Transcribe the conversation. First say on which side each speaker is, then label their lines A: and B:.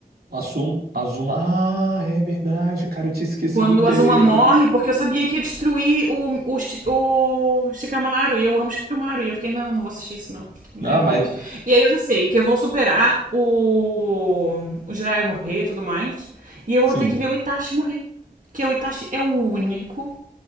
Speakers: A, on the right; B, on the right.
A: Assumo, Azuma. Ah, é verdade, cara, eu tinha esquecido
B: Quando
A: dele.
B: a Azuma morre, porque eu sabia que ia destruir o, o, Shi- o Shikamaru, e eu amo Shikamaru, e eu fiquei, não, não vou assistir isso, não. Não
A: Não,
B: quero
A: mas
B: mais. E aí eu já sei que eu vou superar o, o Jiraiya morrer e tudo mais, e eu vou
A: sim.
B: ter que ver o Itachi morrer. Porque o Itachi é o único,